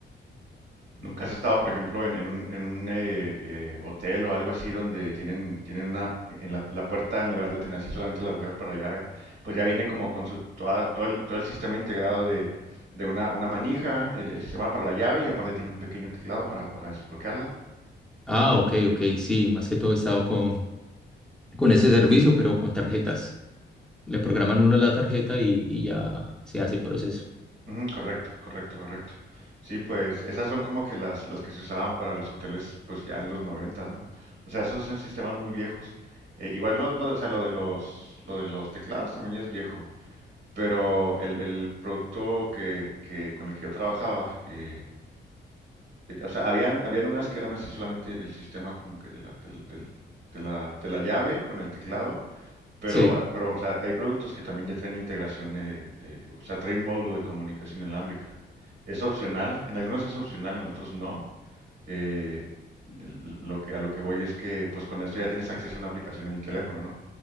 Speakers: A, on the right (about 75°); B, in the centre.
A: ¿Nunca has estado, por ejemplo, en, en un, en un, eh, eh, hotel o algo así donde tienen, tienen una, en la, la puerta en lugar de tener así solamente la agujero para la llave? Pues ya viene como con su, toda- todo el, todo el sistema integrado de, de una, una manija, el, el sistema para la llave y aparte tiene un pequeño teclado para, para desbloquearla.
B: Ah, ok, ok, sí, más que todo he estado con, con ese servicio, pero con tarjetas. Le programan uno la tarjeta y, y ya se hace el proceso.
A: Ujú, correcto, correcto, correcto. Sí, pues esas son como que las, las que se usaban para los hoteles, pues ya en los noventas, ¿no? O sea, esos son sistemas muy viejos. Eh, igual lo, lo- o sea, lo de los, lo de los teclados también ya es viejo. Pero el, el producto que, que- con el que yo trabajaba, eh, eh, o sea, habían, habían unas que eran así solamente el sistema como que de la, del- del- de la, de la llave con el teclado, pero,
B: Sí.
A: ah, pero o sea, hay productos que también ya traen integración, eh, de, o sea, traen un módulo de comunicación inalámbrica. Es opcional, en algunos es opcional, en otros no. Eh, l- lo que, a lo que voy es que pues con esto ya tienes acceso a una aplicación en el teléfono, ¿no?